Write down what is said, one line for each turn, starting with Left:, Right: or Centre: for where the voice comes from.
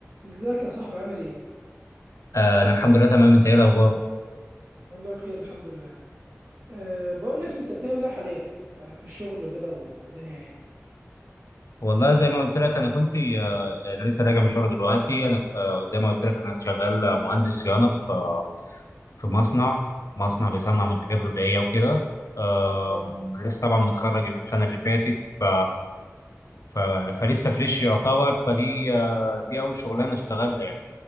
Right: ازيك يا صاحبي عامل ايه؟
Left: آه، انا الحمد لله تمام انت ايه الاخبار
Right: والله بخير الحمد لله. أه بقول لك انت بتعمل ايه حاليا؟ أه في الشغل وكده والدنيا يعني.
Left: والله زي ما قلت لك انا كنت آه، انا لسه راجع من الشغل دلوقتي انا آه، زي ما قلت لك انا شغال آه، مهندس صيانه في آه، في مصنع مصنع بيصنع منتجات غذائيه وكده آم،
Right: اه
Left: لسه طبعا متخرج السنه اللي فاتت ف ف فلسه فريش يعتبر فدي آه، دي اول شغلانه اشتغلها يعني